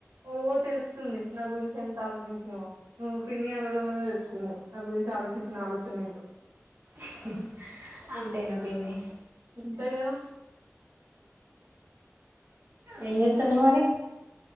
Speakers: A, on the right (about 80°); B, on the right (about 50°).
A: ఓ తెలుస్తుంది నా గురించి ఎంత ఆలోచించినవో నువ్వు పిన్ని అనడంలోనే తెలుస్తుంది నా గురించి ఆలోచించిన ఆలోచన ఏంటో
B: హ్మ్ అంతేనా పిన్ని
A: అంతే కదా
B: ఏం చేస్తున్నవు మరి